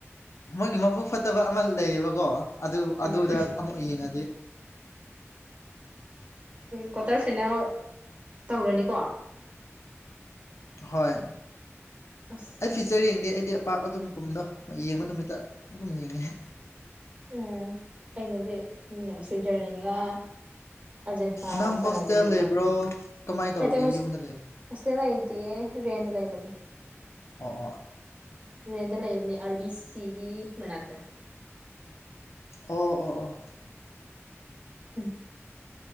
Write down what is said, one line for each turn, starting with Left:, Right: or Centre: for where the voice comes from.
Left: ꯃꯣꯏꯒꯤ ꯃꯄꯨꯛ ꯐꯠꯇꯕ ꯑꯃ ꯂꯩꯌꯦꯕꯀꯣ ꯑꯗꯨ
Right: ꯎꯝ
Left: ꯑꯗꯨꯗ ꯑꯃꯨꯛ ꯌꯦꯡꯉꯗꯤ
Right: ꯀ꯭ꯋꯥꯇꯔ ꯐꯥꯏꯅꯦꯜ ꯇꯧꯔꯅꯤꯀꯣ
Left: ꯍꯣꯏ
Right: ꯑꯁ
Left: ꯑꯩ ꯐꯤꯆꯔ ꯌꯦꯡꯗꯦ ꯑꯩꯗꯤ ꯑꯄꯥꯛ ꯑꯗꯨꯝ ꯀꯨꯝꯕꯅꯣ ꯌꯦꯡꯕ ꯅꯨꯃꯤꯠꯇ ꯑꯗꯨꯝ ꯌꯦꯡꯉꯦ
Right: ꯎꯝ ꯑꯩꯅꯗꯤ ꯑꯗꯨꯝ ꯌꯦꯡꯉꯁꯨ ꯖꯔꯂꯤꯟꯒ <inaudible> ꯑꯔꯖꯦꯟꯇ
Left: ꯅꯪ
Right: ꯁꯅꯥꯒꯅꯤꯗꯅ
Left: ꯍꯣꯁꯇꯦꯜ ꯂꯩꯕ꯭ꯔꯣ ꯀꯃꯥꯏꯅ ꯇꯧꯔꯒꯦ
Right: ꯍꯁ
Left: ꯌꯨꯝꯗ ꯂꯩꯕ
Right: ꯍꯣꯁꯇꯦꯜ ꯂꯩꯗꯤꯌꯦ ꯔꯦꯟꯗ ꯂꯩꯕꯅꯦ
Left: ꯑꯣ ꯑꯣ
Right: ꯔꯦꯟꯗ ꯂꯩꯕꯅꯦ ꯑꯥꯔ ꯕꯤ ꯁꯤꯒꯤ ꯃꯅꯥꯛꯇ
Left: ꯑꯣ ꯑꯣ ꯑꯣ
Right: ꯎꯝ